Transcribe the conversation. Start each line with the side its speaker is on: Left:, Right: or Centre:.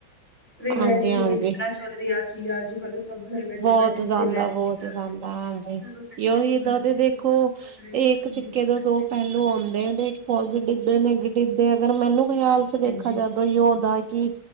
Centre: ਫ੍ਰੀਲੈਂਸਿੰਗ,
Right: ਹਾਂਜੀ, ਹਾਂਜੀ।
Centre: ਇਤ ਨਾਂ ਚੱਲ ਰਿਆ ਸੀ ਅੱਜ। ਕੋ ਸਭ ਘਰ ਬੈਠੇ-ਬੈਠੇ
Right: ਬਹੁਤ ਜ਼ਿਆਦਾ
Centre: ਫ੍ਰੀਲੈਂਸਿੰਗ
Right: ਬਹੁਤ
Centre: ਕਰ
Right: ਜ਼ਿਆਦਾ
Centre: ਰਿਆ ਸੀ।
Right: ਹਾਂਜੀ
Centre: ਸਭ ਪੈਸੇ
Right: ਉਹੀ
Centre: ਕਮਾ
Right: ਤਾਂ
Centre: ਰੈਆਂ
Right: ਤੇ ਦੇਖੋ
Centre: ਸੀ। ਸਭ ਸੋਚ ਰਹੇ ਕਿ
Right: ਇੱਕ
Centre: ਹਮ
Right: ਸਿੱਕੇ
Centre: ਵੀ
Right: ਦੇ
Centre: ਪੈਸੇ
Right: ਦੋ
Centre: ਕਮਾ
Right: ਪਹਿਲੂ
Centre: ਲੈ
Right: ਆਓਂਦੇ ਦੇਖ ਪੋਜ਼ਟਿਵ ਦੇ ਨੈਗੇਟਿਵ ਦੇ ਅਗਰ, ਮੈਨੂੰ ਖਿਆਲ
Centre: ਹਾਂਜੀ
Right: ਚ ਦੇਖਿਆ
Centre: ਹਾਂਜੀ
Right: ਜਾਦ ਯੋਦਾ ਕਿ